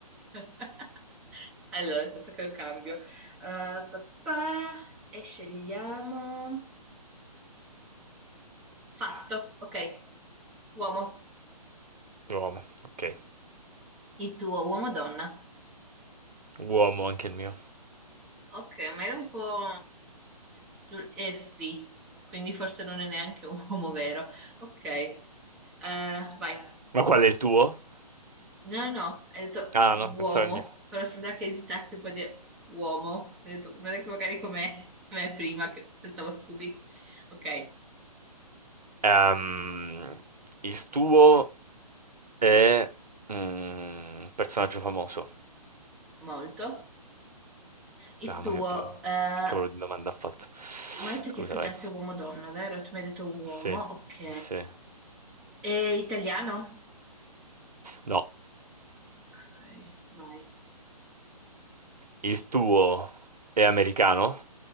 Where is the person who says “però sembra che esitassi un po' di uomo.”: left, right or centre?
Centre